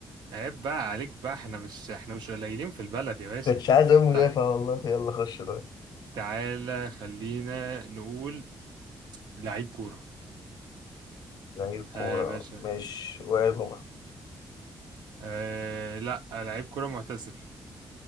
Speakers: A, on the right; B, on the left.
A: عيب بقى عليك بقى احنا مش احنا مش قليلين في البلد يا باشا
B: كنتش عايز أقول مدافع
A: طيب
B: والله يلا خش طيب
A: تعالى خلينا نقول لعيب كورة
B: لعيب
A: ها
B: كورة
A: يا باشا
B: ماشي وائل جمعة
A: آه لا لعيب كورة معتزل